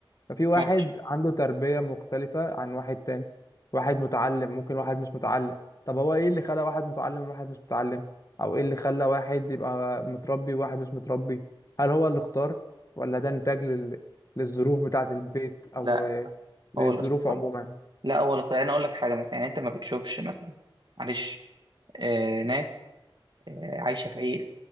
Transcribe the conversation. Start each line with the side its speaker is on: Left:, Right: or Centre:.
Left: ففي واحد
Right: ماشي
Left: عنده تربية مختلفة عن واحد تاني واحد متعلم ممكن واحد مش متعلم طب هو ايه اللي خلى واحد متعلم وواحد مش متعلم او ايه اللي خلى واحد يبقى متربي وواحد مش متربي هل هو اللي اختار ولا ده نتاج لل... للظروف بتاعة البيت او
Right: لا
Left: آه، للظروف
Right: هو اللي اختار
Left: عموما
Right: لا هو الاختيار انا اقول لك حاجه مثلا يعني انت ما بتشوفش مثلا معلش آه ناس آه عايشه في عي-